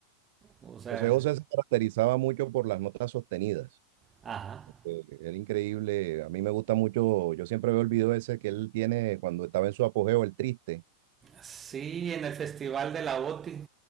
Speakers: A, on the right; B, on the right.
A: O sea,
B: José
A: el-
B: José se caracterizaba mucho por las notas sostenidas.
A: ajá.
B: Eh, Era increíble. A mí me gusta mucho. Yo siempre veo el video ese que él tiene cuando estaba en su apogeo, el triste
A: Sí, en el Festival de la OTI.